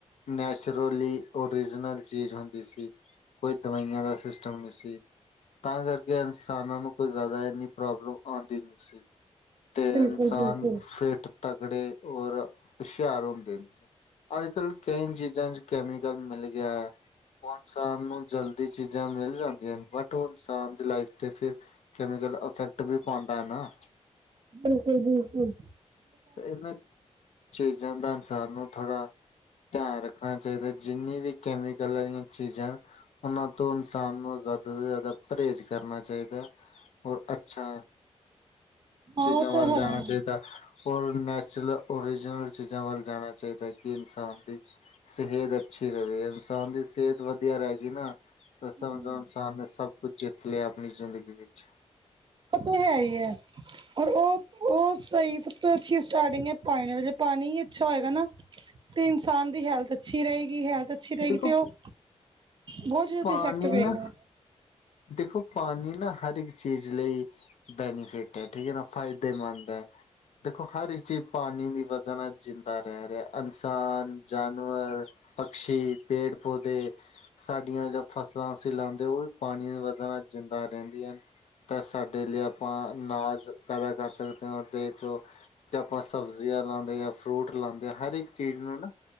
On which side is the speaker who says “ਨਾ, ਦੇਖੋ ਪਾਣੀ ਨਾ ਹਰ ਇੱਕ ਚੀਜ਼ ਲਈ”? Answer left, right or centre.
Left